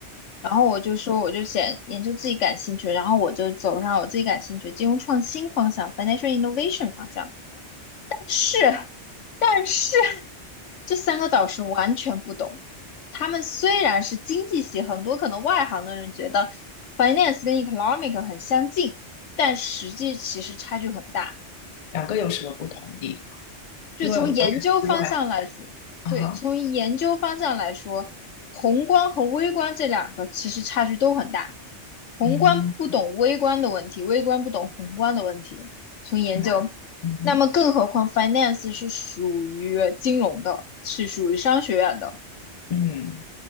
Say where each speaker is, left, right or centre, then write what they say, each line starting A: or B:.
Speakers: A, on the left; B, on the left.
A: 然后我就说，我就写研究自己感兴趣，然后我就走上我自己感兴趣金融创新方向，financial innovation 方向。但是，但是这三个导师完全不懂。他们虽然是经济系，很多可能外行的人觉得 finance 跟 economic 很相近，但实际其实差距很大。
B: 两个有什么不同的地方？
A: 就从研究方向来说，
B: 因为我也是外啊，
A: 对，从研究方向来说，宏观和微观这两个其实差距都很大。宏观不懂微观的问题，
B: 嗯，
A: 微观不懂宏观的问题。从研究，
B: 那，嗯哼
A: 那么更何况 finance 是属于金融的，是属于商学院的。
B: 嗯